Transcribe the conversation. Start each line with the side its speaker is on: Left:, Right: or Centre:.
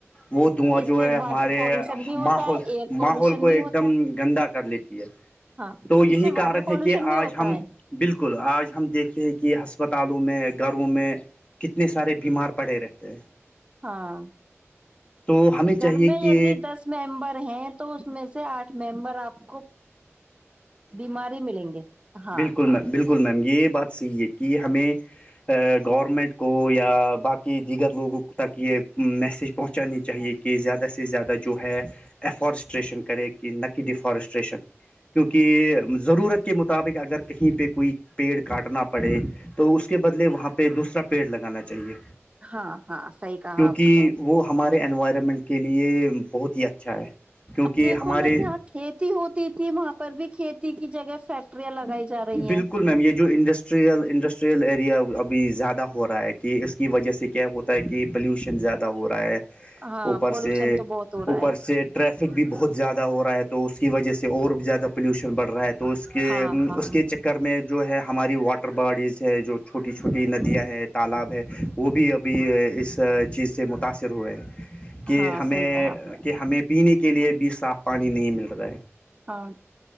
Left: وہ دواں
Right: اس
Left: جو
Right: سے
Left: ہے ہمارے
Right: واٹر پالوشن بھی ہوتا
Left: ماحول
Right: ہے ایئر پالوشن
Left: ماحول کو
Right: بھی
Left: ایک
Right: ہوتا
Left: دم
Right: ہے
Left: گندا کر لیتی ہے
Right: ہاں
Left: تو یہی
Right: اس سے
Left: کارن
Right: واٹر
Left: ہے
Right: پالوشن
Left: کہ
Right: بھی
Left: آج
Right: ہوتا
Left: ہم
Right: ہے
Left: بالکل آج ہم دیکھتے ہیں کہ ہسپتالوں میں گھروں میں کتنے سارے بیمار پڑے رہتے ہیں
Right: ہاں
Left: تو ہمیں
Right: گھر
Left: چاہیے
Right: میں
Left: کہ
Right: د دس ممبر ہیں تو اس میں سے آٹھ ممبر آپ کو بیماری ملیں گے ہاں
Left: بالکل
Right: ہاں
Left: میم بالکل میم یہ بات صحیح ہے کہ ہمیں آ گورنمنٹ کو یا باقی دیگر لوگوں تک یہ میسیج پہنچانی چاہیے کہ زیادہ سے زیادہ جو ہے ایفورسٹریشن کرے کہ نہ کی ڈیفورسٹریشن کیونکہ ضرورت کے مطابق اگر کہیں پہ کوئی پیڑ کاٹنا پڑے تو اس کے بدلے وہاں پہ دوسرا پیڑ لگانا چاہیے
Right: ہاں ہاں صحیح کہا
Left: کیونکہ
Right: آپ نے
Left: وہ ہمارے انوائرمنٹ کے لیے بہت ہی اچھا ہے کیونکہ
Right: اب دیکھو
Left: ہمارے
Right: نا جہاں کھیتی ہوتی تھی وہاں پر بھی کھیتی کی جگہ فیکٹریاں لگائی جا رہی
Left: بالکل
Right: ہیں
Left: میم یہ جو انڈسٹ ٹریل انڈسٹریل ایریا ابھی زیادہ ہو رہا ہے کہ اس کی وجہ سے کیا ہے وہ ہے کہ پلیوشن زیادہ ہو رہا ہے
Right: ہاں
Left: اوپر
Right: پولوشن
Left: سے
Right: تو بہت ہو رہا
Left: اوپر
Right: ہے
Left: سے ٹریفک بھی بہت زیادہ ہو رہا ہے تو اس کی وجہ سے اور بھی زیادہ پولیوشن بڑھ رہا ہے تو اس کےعم
Right: ہاں ہاں
Left: اس کے چکر میں جو ہے ہماری واٹر باڈیز ہے جو چھوٹی چھوٹی ندیاں ہے تالاب ہے وہ بھی ابھی اس چیز سے متاثر ہوئے ہیں کہ
Right: ہاں
Left: ہمیں
Right: صحیح کہا آپ نے
Left: کہ ہمیں پینے کے لیے بھی صاف پانی نہیں مل رہا ہے
Right: ہاں